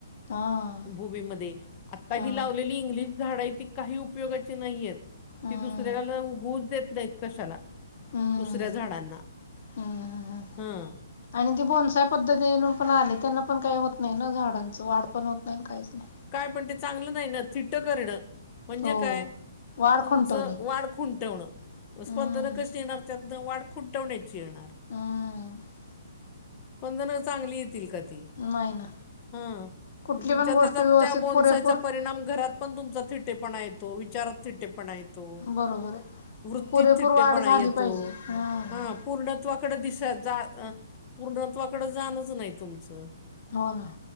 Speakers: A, on the left; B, on the left.
A: हा.
B: भुमिमध्ये आता
A: हा
B: ही लावलेली इंग्लिश झाडं आहे ती काही उपयोगाची नाहीयेत.
A: हम्म
B: ती दुसऱ्याला उगूच देत नाहीत कशाला.
A: हम्म
B: दुसऱ्या झाडांना
A: हम्म
B: हं
A: आणि ती बोनसाय पद्धती पण आले त्यांना पण काय होत नाय ना झाडांच वाढ पण होत नाय काहीच नाय.
B: काय पण ते चांगलं नाही ना थिट्ट करणं. म्हणजे
A: हो
B: काय
A: वाढ
B: तुमचं
A: खुंटवणे
B: वाढ खुंटवणं.
A: हम्म
B: स्पंदन कशी येणार त्यातनं वाट खुंटवण्याची येणार.
A: हम्म
B: स्पंदन चांगली येतील का ती
A: नाही ना
B: हं
A: कुठली
B: तुमच्या
A: पण गोष्ट
B: त्याचा
A: व्यवस्थित
B: त्या बोनसायचा
A: पुरेपूर
B: परिणाम घरात पण तुमचा थिटे पणा येतो विचारात थिटे पणा येत. तो
A: बरोबर आहे.
B: वृत्तीत
A: पुरेपूर
B: थिट्टेपणा
A: वाढ झाली
B: येतो
A: पाहिजे. हम्म
B: हा पूर्णत्वाकडे दिश जा अ पूर्णत्वाकड जाणच नाही तुमचं
A: हो ना